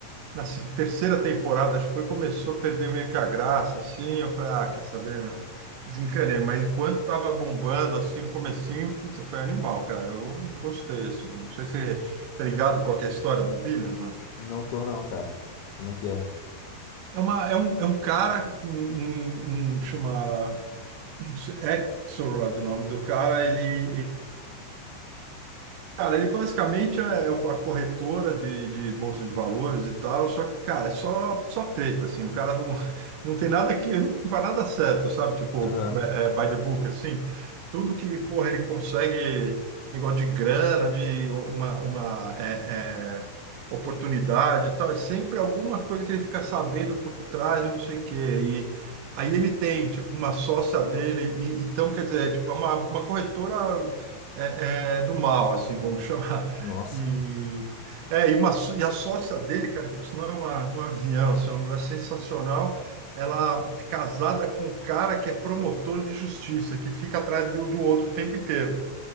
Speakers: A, on the right; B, on the left.
A: na se- terceira temporada, acho que foi, começou a perder meio que a graça, assim. Eu falei, ah, quer saber, meu? Desencanei. Mas enquanto tava bombando, assim, no comecinho, puta, foi animal, cara. Eu gostei, assim. Não sei se tá ligado com a história do Billions, não.
B: Não tô não, cara. Como é que é?
A: É, uma, é, um, é um cara, um, um, um chama um Axelrod, o nome do cara, ele Cara, ele basicamente é é uma corretora de, de bolsa de valores e tal, só que, cara, é só, só treta, assim, o cara não, <laughs> não tem nada que, não faz nada certo, sabe? Tipo,
B: Aham.
A: é, é, by the book, assim, tudo que, porra, ele consegue, negócio de grana, de uma, uma é, é, oportunidade e tal, é sempre alguma coisa que ele fica sabendo por trás e não sei o quê, e aí ele tem, tipo, uma sócia dele, e, então, quer dizer, tipo, é uma, uma corretora é, é, do mal, assim, vamos <laughs> chamar.
B: Nossa.
A: E, é, e, uma, só- e a sócia dele, cara, que por sinal é uma, um avião, assim, uma mulher sensacional, ela é casada com um cara que é promotor de justiça, que fica atrás do, do outro o tempo inteiro.